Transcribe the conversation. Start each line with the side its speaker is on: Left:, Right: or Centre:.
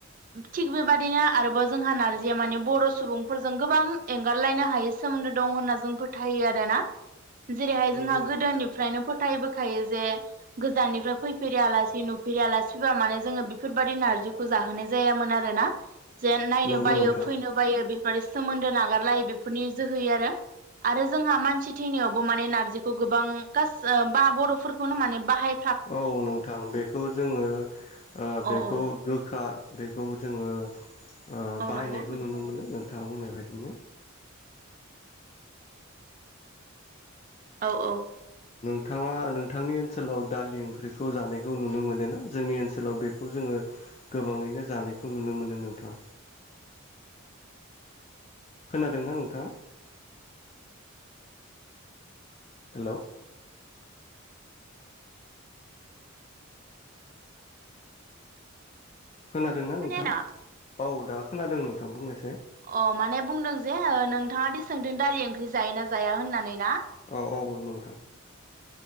Right: थिग बेबादिनो आरोबाव जोंहा नारजि जे माने बर' सुबुंफोरजों गोबां एंगारलायनो हायै सोमोन्दो दं होनना जों फोथायो आरो ना जेरैहाय जोंहा
Left: नंगौ नोंथां
Right: गोदोनिफ्रायनो फो फोथायबोखायो जे गोजाननिफ्राय फैफेरि आलासि नुफेरै आलासिबा माने जोङो बेफोरबायदि नारजिखौ जाहोनाय जायामोन आरोना जेन नायनो
Left: नंगौ
Right: बायो
Left: नोंथां
Right: बेफोर सोमोन्दो नागारलायो बेफोरनि जोहै आरो आरो जोंहा मानसि थैनायावबो माने नारजिखौ गोबां खास बा बर'फोरखौनो माने बाहाय
Left: औ नोंथां बेखौ जोङो ओ
Right: औ
Left: बेखौ
Right: औ
Left: गोखा बेखौ जोङो ओ
Right: औ
Left: बाहायनायखौ
Right: नंगौ नोंथां
Left: नुनो मोनो नोंथां आं बुंनाय बायदिनो
Right: औ औ।
Left: नोंथाङा नोंथांनि ओनसोलाव दालि ओंख्रिखौ जानायखौ नुनो मोनो ना जोंनि ओनसोलाव बेखौ जोङो गोबाङैनो जानायखौ नुनो मोनो नोंथां। खोनादोंना नोंथाङा। हेलौ। खोनादोंना
Right: खोनायाना?
Left: नोंथाङा? औ दा खोनादों नोंथां बुंनायसाय?
Right: अ माने बुंदों जे नों। नोंथाङादि सोंदों दालि ओंख्रि जायो ना जाया होननानै ना।
Left: औ औ नोंथां।